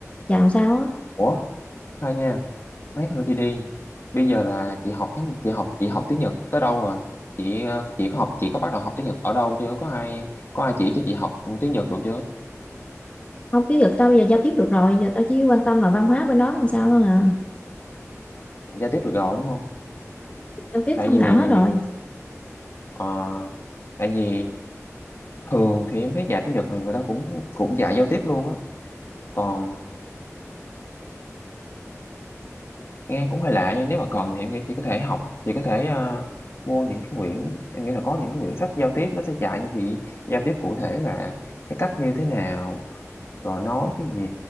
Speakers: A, on the left (about 25°); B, on the left (about 50°).
A: Chào sao á?
B: ủa khoan nha mấy thôi chị đi bây giờ là chị học tiếng chị học chị học tiếng Nhật tới đâu rồi chị ờ, chị có học chị có bắt đầu học tiếng Nhật ở đâu chưa có ai có ai chỉ cho chị học tiếng Nhật được chưa
A: Không tiếng được tao bây giờ giao tiếp được rồi, giờ tao chỉ quan tâm là văn hóa bên đó làm sao thôi à.
B: Đã giao tiếp được rồi đúng không
A: Giao tiếp
B: tại
A: thông thạo
B: vì
A: hết rồi.
B: ờ, tại vì thường thì em thấy dạy tiếng Nhật này người ta cũng cũng dạy giao tiếp luôn á còn nghe cũng hơi lạ nhưng nếu mà cần thì em nghĩ chị có thể học chị có thể ờ, mua những cái quyển em nghĩ là có những cái quyển sách giao tiếp nó sẽ dạy cho chị giao tiếp cụ thể là cái cách như thế nào rồi nói cái gì